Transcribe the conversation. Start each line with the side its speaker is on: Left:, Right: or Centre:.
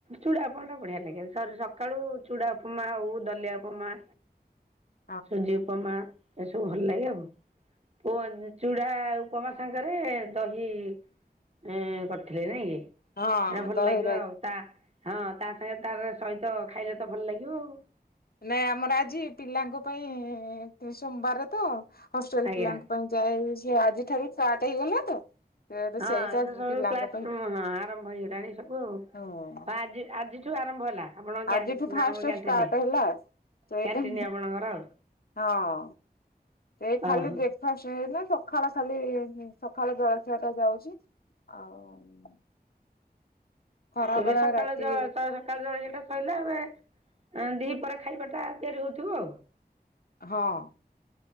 Right: ଚୁଡ଼ାଉପମା ଟା ବଢିଆ ଲାଗେ ସକାଳୁ ଚୁଡ଼ା ଉପମା ଆଉ ଦଲିଆ ଉପମା
Left: <inaudible>
Right: ସୁଜି ଉପମା ଏସବୁ ଭଲ ଲାଗେ ଆଉ। <inaudible> ଚୁଡ଼ା ଉପମା ସାଙ୍ଗରେ ଦହି ଏଁ କରିଥିଲେ ନାଇଁ କି।
Left: ହଁ
Right: ହେଟା ଭଲ
Left: ଦହ
Right: ଲାଗିବ ଆଉ ତା ହଁ ତା ସାଙ୍ଗେ ତାର ସହିତ ଖାଇଲେ ତ ଭଲ ଲାଗିବ ଆଉ।
Left: ନାଇଁ ଆମର ଆଜି ପିଲାଙ୍କ ପାଇଁ ସୋମବାର ତ ହଷ୍ଟେଲ
Right: ଆଜ୍ଞା
Left: ପିଲାଙ୍କ ପାଇଁ ଯାଇ ସ ଆଜି ଠାରୁ ଫାର୍ଟ ହେଇଗଲା ତ।
Right: ହଁ
Left: ସେଇଟା
Right: ଏତ ସବୁ
Left: ପିଲାଙ୍କ
Right: କ୍ଲାସ
Left: ପାଇଁ
Right: ର ହଁ ଆରମ୍ଭ ହେଇଗଲାଣି ସବୁ
Left: ହଁ।
Right: ଆଜି ଆଜି ଠୁ ଆରମ୍ଭ ହେଲା। ଆପଣଙ୍କ କ୍ୟା
Left: ଆଜିଠୁ
Right: ନା
Left: ଫାଷ୍ଟ
Right: କଣ କ୍ୟାଣ୍ଟିନ?
Left: ଷ୍ଟାର୍ଟ ହେଲା ସେଟ
Right: କ୍ୟାଣ୍ଟିନ୍ ଆପଣଙ୍କର ଆଉ
Left: ହଁ ଏଇ ଖାଲି
Right: ଓହୋ
Left: ବ୍ରେକ ଫାଷ୍ଟ ହେଇନି ସକାଳ ଖାଲି ସକାଳେ ଜଳଖିଆ ଟା ଯାଉଛି ଆଉ ଖରା
Right: ଏବେ
Left: ବେଳ
Right: ସକାଳେ
Left: ରାତି
Right: ଯା <inaudible> ସକାଳୁ ଜଳଖିଆ ଟା ସରିଲା ଏବେ ଦି ପ୍ରହର ଖାଇବାଟା ତିଆରି ହଉଥିବ ଆଉ।
Left: ହଁ